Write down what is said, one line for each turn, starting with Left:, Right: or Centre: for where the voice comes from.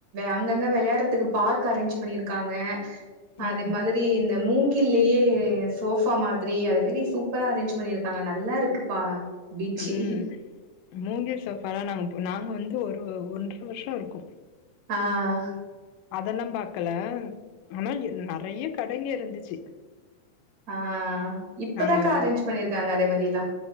Right: அங்கங்க வெளையாறதுக்கு பார்க் அரேஞ்ச் பண்ணியிருக்காங்க
Left: ம்
Right: அதே
Left: ம்
Right: மாதிரி இந்த மூங்கில்லயே சோபா மாதிரி அது மாரி சூப்பரா அரேஞ்ச் பண்ணிருக்காங்க நல்லா இருக்குப்பா பீச்சு.
Left: ம் மூங்கில் சோபாலா நமக்கு நாங்க வந்து ஒரு ஒன்றரை வருஷம் இருக்கும்
Right: ஆஹ்
Left: அதெல்லாம் பாக்கல ஆனா நிறைய கடைங்க இருந்துச்சு
Right: ஆஹ் இப்பதானக்கா
Left: நாங்க ஒரு
Right: அரேஞ்ச் பண்ணிருக்காங்க அதே மாதிரி எல்லாம்